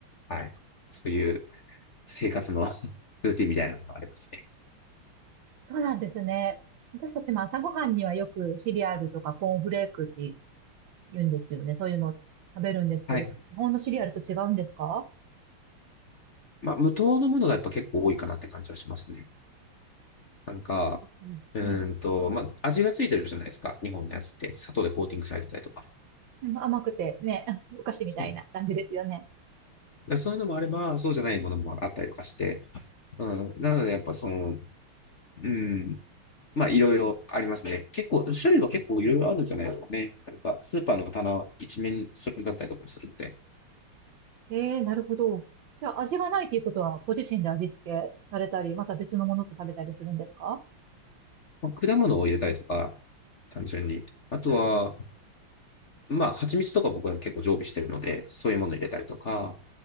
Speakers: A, on the left; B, on the right.
A: はい。そういう生活の <laughs> ルーティンみたいなのがありますね。
B: そうなんですね。私たちも朝ごはんにはよくシリアルとかコーンフレークって言うんですよね。そういうの食べるんですけど、
A: はい。
B: 日本のシリアルと違うんですか
A: まあ、無糖のものがやっぱ結構多いかなって感じはしますね。なんか、
B: うん、
A: うーんと、
B: ええ。
A: まあ、味がついてるじゃないですか。日本のやつって。砂糖でコーティングされてたりとか。
B: 甘くてね、<laughs> お菓子みたいな感じですよね。
A: そうやそういうのもあれば、そうじゃないものもあったりとかして。うん。なので、やっぱその、うん。まあ、いろいろありますね。結構、種類は結構いろいろあるんじゃないですかね。なんか、スーパーの棚一面それだったりとかもするんで。
B: ええ、なるほど。じゃあ味がないということは、ご自身で味付けされたり、また別のものと食べたりするんですか
A: まあ、果物を入れたりとか、単純に。あとは、まあ、蜂蜜とか僕は結構常備してるので、そういうもの入れたりとか、